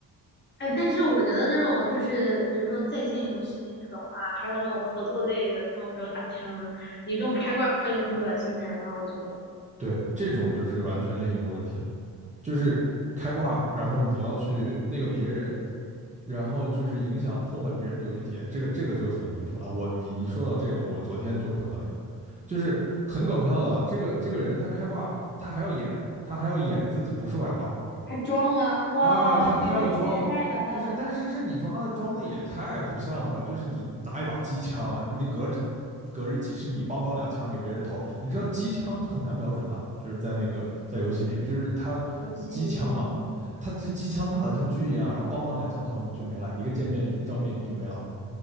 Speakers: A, on the left; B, on the right.
A: 哎，但是我觉得那种就是比如说在线游戏那种啊，还有那种合作类的那种，比如打枪的，你这种开挂就很恶心人了。我觉得
B: 对，这种就是完全另一个问题了。就是开挂，然后你要去那个别人，然后就是影响破坏别人的游戏体验，这个这个就很离谱了。我你一说到这个，我昨天就碰到一个，就是很搞笑的啊，这个这个人他开挂，他还要演，他还要演自己不是外挂，
A: 他装吗？哇，
B: 啊，他他要装，
A: 这也这也太搞笑了吧！
B: 不是，但是这你抓的装的也太不像了吧？就是你拿一把机枪，你隔着隔着几十米，梆梆两枪给别人投。你知道机枪很难瞄准的，就是在那个在游戏里，就是他机枪嘛，
A: 游戏里，嗯
B: 他这机枪打的像狙一样，
A: 嗯
B: 然后梆梆两枪头你就没了，一个见面一个照面你就没了。